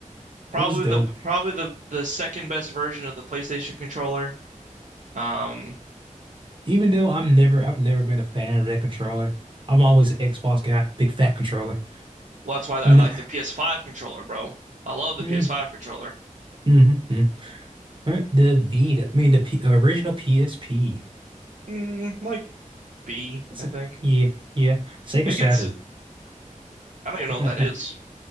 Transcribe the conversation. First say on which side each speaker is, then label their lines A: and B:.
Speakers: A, on the right; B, on the right.
A: Probably
B: It was dope.
A: the probably the the second best version of the PlayStation controller. Um,
B: Even though I'm never, I've never been a fan of that controller. I'm always an Xbox guy, big fat controller.
A: well, that's why I
B: No,
A: like the PS5 controller, bro. I love the
B: mm,
A: PS5 controller.
B: mm, mm. Right. The Vita, I mean the P original PSP.
A: Mm, like B,
B: That's
A: I
B: a,
A: think.
B: yeah, yeah. Sega
A: It
B: Saturn.
A: gets, it, I don't even know what that
B: <laughs>
A: is.